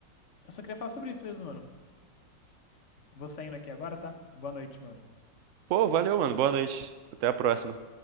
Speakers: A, on the left; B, on the right.
A: eu só queria falar sobre isso mesmo, mano. Vou saindo aqui agora, tá? Boa noite, mano.
B: Pô, valeu, mano. Boa noite. Até a próxima.